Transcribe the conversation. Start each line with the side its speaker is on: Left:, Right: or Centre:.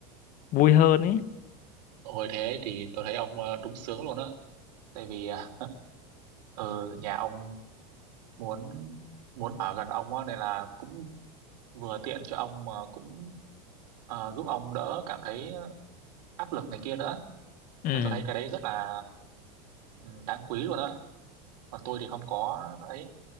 Left: vui hơn ấy.
Right: Hồi thế thì tôi thấy ông ờ, đúng sướng luôn á tại vì à, ờ, nhà ông muốn muốn ở gần ông á nên là cũng vừa tiện cho ông mà cũng ờ, giúp ông đỡ cảm thấy áp lực này kia nữa
Left: Ừ,
Right: nên tôi thấy cái đấy rất là ừ, đáng quý luôn á còn tôi thì không có ấy